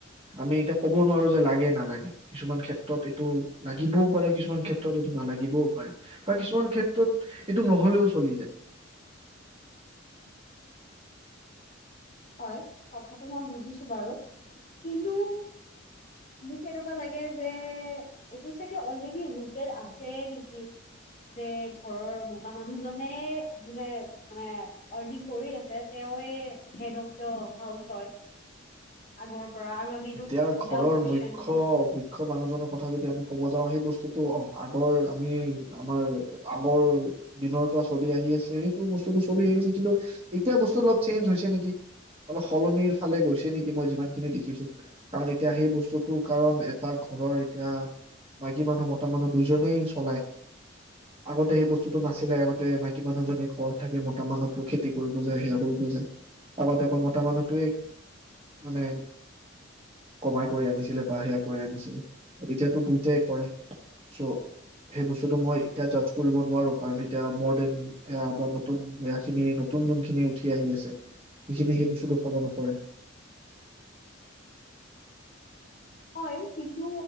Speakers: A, on the right (about 30°); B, on the left (about 40°).
A: আমি এতিয়া ক'ব নোৱাৰো যে লাগে- নালাগে কিছুমান ক্ষেত্ৰত। তত এইটো লাগিবও পাৰে কিছুমান ক্ষেত্ৰত এইটো নালাগিবও পাৰে। বা কিছুমান ক্ষেত্ৰত এইটো নহ'লেও চলি যায়।
B: হয়, কথাটো মই বুজিছো বাৰু কিন্তু মোক এনেকুৱা লাগে যে এইটো চাগে অলৰেডি ৰুটেত আছে নেকি? যে ঘৰৰ মোতা মানুহজনে যোনে মানে আৰ্নিং কৰি আছে তেওঁৱে হেড অফ দা হাউচ হয়। আগৰ পৰা আৰু আমি এইটো
A: এতিয়া
B: উইদাউট
A: ঘৰৰ
B: কুৱেশন
A: মুখ্য আকৌ মানুহজনৰ কথা যদি আমি কব যাওঁ সেই বস্তুতটো অহ আগৰ আমি আমাৰ আগৰ দিনৰ পৰা চলি আহি আছে সেইটো বস্তুটো চলি আহিছে কিন্তু এতিয়া বস্তু অলপ চেঞ্জ হৈছে নেকি! অলপ সলনিৰ ফালে গৈছে নেকি মই যিমানখিনি দেখিছো। কাৰণ এতিয়া সেই বস্তুটো কাৰণ এটা ঘৰৰ এতিয়া মাইকীমানুহ মতামানুহ দুইজনেই চলায়। আগতে সেই বস্তুটো নাছিলে আগতে মাইকী মানুহজনী ঘৰত থাকে, মতা মানুহটো খেতি কৰিব যায়, সেয়া কৰিব যায়। আগতে অকল মতা মানুহটোৱে মানে কমাই কৰি আনিছিলে বা সেয়া কৰি আনিছিলে। তেতিয়াটো দুইটাই কৰে, চ' সেই বস্তুটো মই এতিয়া জাজ কৰিব নোৱাৰো কাৰণ এতিয়া মৰ দেন এয়া বা নতুনয়া খিনি নতুন যোনখিনি উঠি আহি আছে সেইখিনি সেই বস্তুটো ফল' নকৰে।
B: হয়, কিন্তু